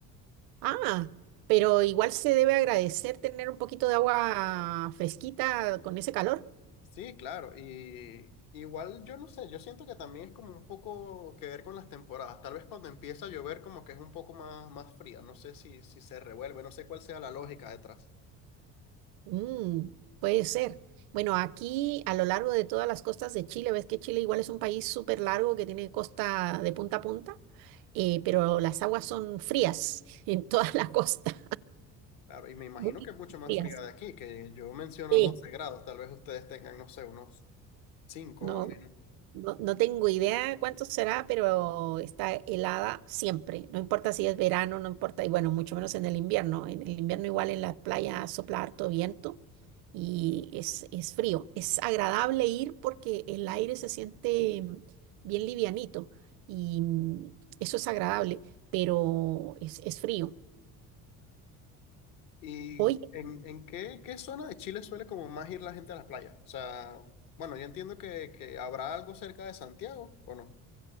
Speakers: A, on the right; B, on the left.
A: Ah, pero igual se debe agradecer tener un poquito de agua fresquita con ese calor.
B: Sí, claro, y igual yo no sé, yo siento que también es como un poco que ver con las temporadas, tal vez cuando empieza a llover como que es un poco más, más fría, no sé si, si se revuelve, no sé cuál sea la lógica detrás.
A: Mm, puede ser. Bueno, aquí a lo largo de todas las costas de Chile, ves que Chile igual es un país súper largo que tiene costa de punta a punta. eh, pero las aguas son frías <laughs> en toda la costa,
B: Claro, y me imagino
A: <laughs> muy
B: que es mucho más
A: frías.
B: fría de aquí, que yo menciono
A: Sí,
B: 12 grados, tal vez ustedes tengan, no sé, unos 5
A: no,
B: o menos.
A: no, no tengo idea cuánto será, pero está helada siempre, no importa si es verano, no importa, y bueno, mucho menos en el invierno. En el invierno igual en la playa sopla harto viento y es, es frío. Es agradable ir porque el aire se siente mm, bien livianito y mm, eso es agradable, pero es, es frío.
B: ¿Y
A: Hoy
B: en, en qué, qué zona de Chile suele como más ir la gente a la playa? O sea, bueno, yo entiendo que, que habrá algo cerca de Santiago, ¿o no?